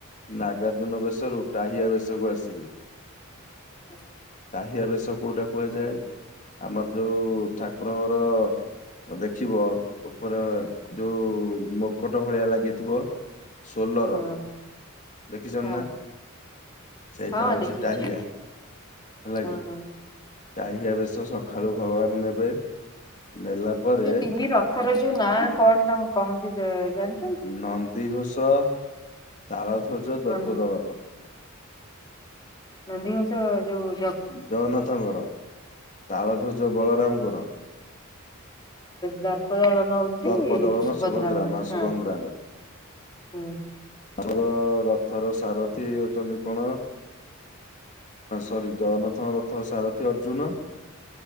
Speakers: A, on the left; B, on the left.
A: ନାଗାର୍ଜୁନ ବେଶରୁ ଟାହିଆ ବେଶକୁ ଆସିବେ।
B: <inaudible>
A: ପାହିଆ ବେଶ କୋଉଟା କୁହାଯାଏ ଆମର ଯୋଉ ଠାକୁରଙ୍କର ଦେଖିବ ଉପରେ ଯୋଉ ମୁକଟ ଭଳିଆ ଲାଗିଥିବ ଷୋଲର
B: ହଁ
A: ଦେଖିଛନ୍ତିନା?
B: ହଁ
A: ସେଇଟା
B: ହଁ
A: ହଉଚି
B: ଦେଖିଛି
A: ଟାହିଆ ହେଲାକିି।
B: ହଁ ହଁ।
A: ଟାହିଆ ବେଶ ସକାଳୁ ଭଗବାନ ନେବେ ନେଲା ପରେ
B: ଏ ତିନି ରଥର ଯୋଉ ନାଁ କଣତ କହନ୍ତି ଜ ଜାଣି
A: ନନ୍ଦିଘୋଷ ଦାଳଧ୍ୱଜ ଦର୍ପଦଳନ।
B: ନନ୍ଦୀ ନନ୍ଦୀଘୋଷ ଯୋଉ
A: ଜଗନ୍ନାଥଙ୍କର ତାଳଧ୍ଵଜ ବଳରାମଙ୍କର
B: ଦର୍ପଦଳନ ହଉଛି
A: ଦର୍ପଦଳନ
B: ସୁଭଦ୍ରାଙ୍କ
A: ସୁଭଦ୍ରା ମା
B: ହଁ
A: ସୁଭଦ୍ରାଙ୍ଗ
B: ହୁଁ
A: ଆର ରଥର ସାରଥି ହଉଛନ୍ତି କଣ? ଓ ସରି ଜଗନ୍ନାଥଙ୍କ ରଥର ସାରଥିୀ ଅର୍ଜୁନ।